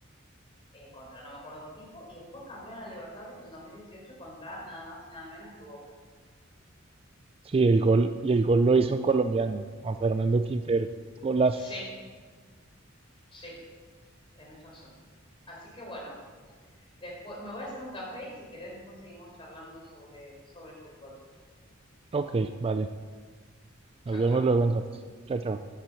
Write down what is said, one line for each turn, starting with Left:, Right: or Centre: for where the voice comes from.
Left: eh, contra no me acuerdo qué equipo, y después campeones de la Libertadores en el 2018 contra nada más y nada menos que Boca.
Right: Sí, el gol y el gol lo hizo un colombiano, Juan Fernando Quintero. Golazo.
Left: Sí, sí, tenés razón. Así que bueno, Después, me voy a hacer un café y si querés después seguimos charlando sobre, sobre fútbol.
Right: Ok, vale. Nos
Left: Chau,
Right: vemos
Left: chau.
Right: luego entonces. Chao, chao.